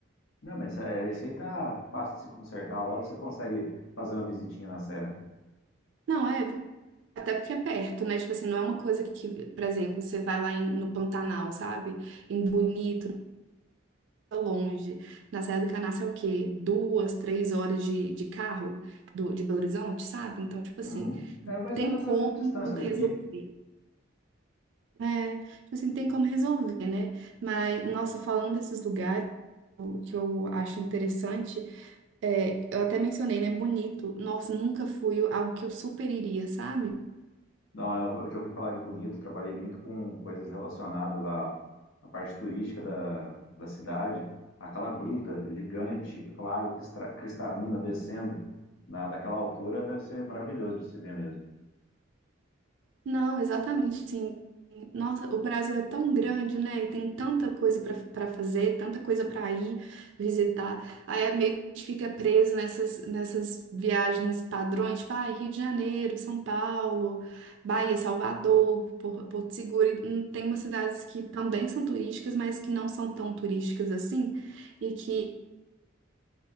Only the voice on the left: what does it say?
Não, mas isso, é- isso aí tá fácil de se consertar. Logo você consegue fazer uma visitinha na serra.
Uhum.
É mais
ou menos
a mesma distância daqui.
Não, eu eu já ouvi falar de Bonito, trabalhei muito com coisas relacionadas à, à parte turística da, da cidade, aquela gruta gigante, aquela água que estra- cristalina descendo na, daquela altura deve ser maravilhoso de se ver mesmo.